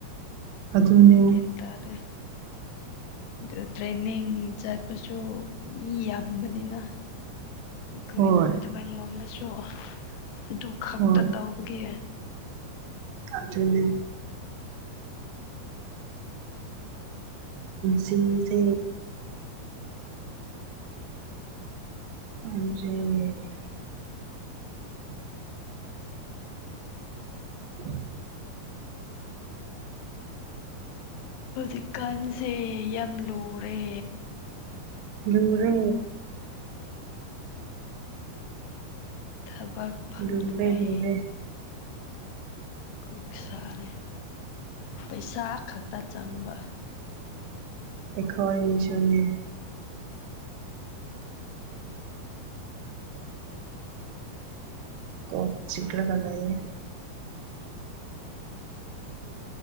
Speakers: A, on the right (about 80°); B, on the left (about 80°).
A: ꯑꯗꯨꯅꯦ
B: ꯒ꯭ꯌꯥꯟ ꯇꯥꯗ꯭ꯔꯦ ꯑꯗꯨ ꯇ꯭ꯔꯦꯟꯅꯤꯡ ꯆꯠꯄꯁꯨ ꯃꯤ ꯌꯥꯝꯕꯅꯤꯅ <inaudible> ꯑꯩꯈꯣꯏ
A: ꯍꯣꯏ
B: ꯇꯃꯦꯡꯂꯣꯝꯗꯁꯨ ꯑꯗꯨ ꯈꯛꯇ
A: ꯍꯣꯏ
B: ꯇꯧꯕꯒꯤ
A: ꯑꯆꯅꯤ ꯁꯤꯁ ꯑ ꯎ
B: ꯍꯧꯖꯤꯛꯀꯥꯟꯁꯦ ꯌꯥꯝ ꯂꯨꯔꯦ
A: ꯔꯦ
B: ꯊꯕꯛ ꯐꯪꯉꯩ
A: ꯂꯨꯔꯦ ꯂꯨꯔꯦ
B: ꯀꯣꯛ ꯁꯥꯔꯦ ꯄꯩꯁꯥ ꯈꯛꯇ ꯆꯪꯕ
A: ꯑꯦꯈ ꯏꯁꯅꯤ ꯀ ꯆꯤꯒꯔꯒꯅꯥꯏꯌꯦꯦ